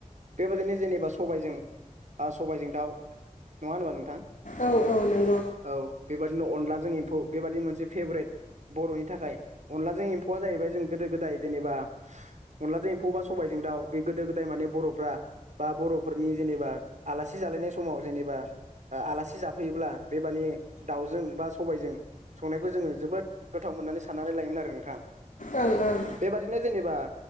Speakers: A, on the right (about 60°); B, on the left (about 70°).
A: बेबायदिनो जेनेबा सबायजों बा सबायजों दाउ नङा होनबा नोंथां?
B: औ औ नों
A: औ बेबादिनो अनलाजों एम्फौ बेबादि मोनसे फेभरेट बर'नि थाखाय। अनलाजों एम्फौआ जाहैबाय जों गोदो गोदाय जेनेबा अनलाजों एम्फौबा सबायजों दाउ बे गोदो गोदाय माने बर'फ्रा बा बर'फोरनि जेनेबा आलासि जालायनाय समाव जेनेबा ओ आलासि जाफैयोब्ला बेबादि दाउजों बा सबायजों संनायखौ जोङो जोबोद गोथाव मोननानै साननानै लायोमोन आरो नोंथां।
B: ओं ओं।
A: बेबादिनो जेनेबा